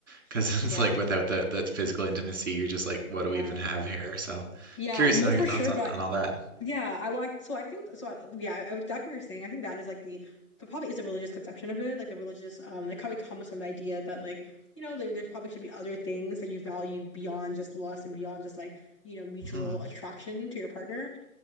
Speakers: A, on the right (about 55°); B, on the left (about 20°).
A: because <laughs>
B: yeah.
A: it's like without the that physical intimacy you're just like what
B: Yeah.
A: do we even have here so
B: Yeah.
A: curious
B: No,
A: to know your
B: for
A: thoughts
B: sure.
A: on
B: But
A: on all that
B: Yeah, I like so I think so I, yeah, I, exactly what you're saying. I think that is like the but probably is a religious conception of it, like the religious um it probably comes from the idea that like, you know, there there probably should be other things that you value beyond just lust and beyond just like, you know, mutual
A: hmm
B: attraction to your partner